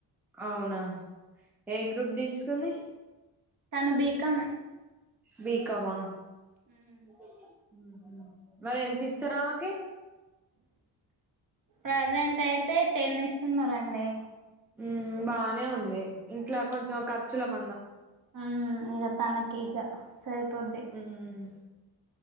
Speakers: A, in the centre; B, on the right.
A: అవునా ఏ గ్రూప్ తీసుకుంది
B: తను బీకామే.
A: బీకామా.
B: ఉమ్.
A: ఉహూ మరి ఎంత ఇస్తారు ఆమెకి.
B: ప్రజెంట్ అయితే టెన్ ఇస్తున్నండి.
A: ఉమ్ బానే ఉంది ఇంట్లా కొంచెం ఖర్చుల మందం.
B: ఉమ్ ఇంకా తనకి ఈగ సరిపోర్ది.
A: ఉమ్